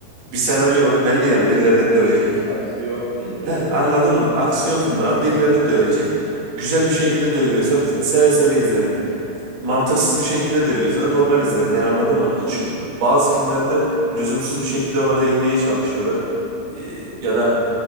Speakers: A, on the right; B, on the right.
A: Bir senaryo var. Belli yani birilerini dövecek.
B: Aksiyon filmi evet.
A: Heh, anladın mı? Aksiyon filmi. Birilerini dövecek. Güzel bir şekilde dövüyorsa seve seve izlerim. Mantıksız bir şekilde dövüyorsa da normal izlerim. Yani anladın mı? Çünkü bazı filmlerde lüzumsuz bir şekilde ona değinmeye çalışıyorlar. Ee, Ya da